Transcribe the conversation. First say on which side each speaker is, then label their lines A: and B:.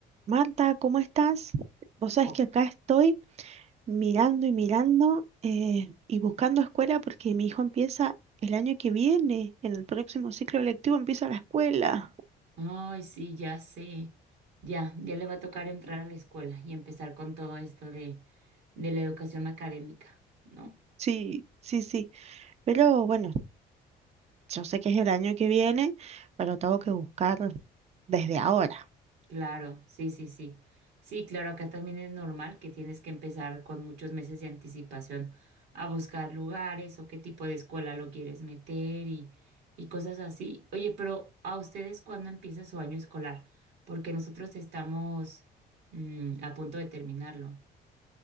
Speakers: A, on the right (about 40°); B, on the right (about 85°).
A: Marta, ¿cómo estás? Vos sabés
B: O-
A: que acá estoy mirando y mirando eh, y buscando escuela porque mi hijo empieza el año que viene, en el próximo ciclo lectivo empieza la escuela.
B: Ay, sí, ya sé. Ya, ya le va a tocar entrar a la escuela y empezar con todo esto de, de la educación académica, ¿no?
A: Sí, sí, sí. Pero bueno, yo sé que es el año que viene, pero tengo que buscar desde ahora.
B: Claro, sí, sí, sí. Sí, claro, acá también es normal que tienes que empezar con muchos meses de anticipación a buscar lugares o qué tipo de escuela lo quieres meter y, y cosas así. Oye, pero ¿a ustedes cuándo empieza su año escolar? Porque nosotros estamos mm, a punto de terminarlo,